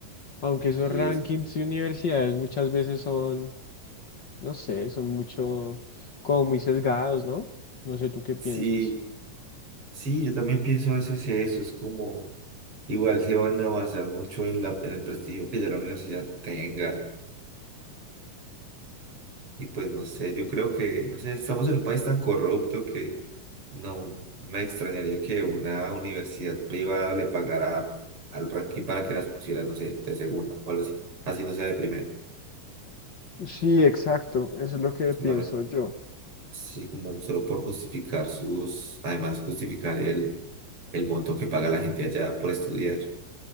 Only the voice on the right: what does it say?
Sí,
es como-
Sí, sí, yo también pienso a veces eso, es como, igual se van a basar mucho en la, en el prestigio que ya la universidad tenga. Y pues no sé, yo creo que, no sé, estamos en un país tan corrupto que no me extrañaría que una universidad privada le pagara al ranking para que las pusiera, no sé, de segunda o algo así. Así no sea de primera.
Solamente,
sí, como solo por justificar sus, además justificar el, el monto que paga la gente allá por estudiar,